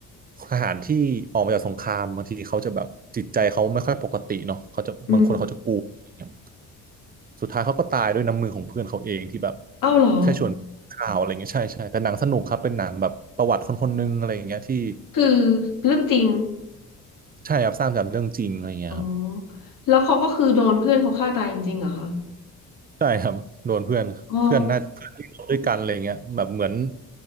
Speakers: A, on the right (about 25°); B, on the left (about 65°).
A: ทหารที่ออกมาจากสงครามบางทีเขาจะแบบจิตใจเขาไม่ค่อยปกติเนาะเขาจะบางคนเขาจะกลัวอะไรเงี้ย
B: อืม
A: สุดท้ายเขาก็ตายด้วยน้ำมือของเพื่อนเขาเองที่แบบ
B: เอ้าเหรอ
A: แค่ชวนข่าวอะไรเงี้ยใช่ใช่แต่หนังสนุกครับเป็นหนังแบบประวัติคนคนหนึงอะไรอย่างเงี้ยที่
B: คือเรื่องจริง
A: ใช่ครับสร้างจากเรื่องจริงอะไรเงี้ยครับ
B: อ๋อแล้วเขาก็คือโดนเพื่อนเขาฆ่าตายจริงๆเหรอคะ
A: ใช่ครับโดนเพื่อนเพื่อนน่าเพื่อนที่โ่ด้วยกันอะไรเงี้ยแบบเหมือน
B: อ๋อ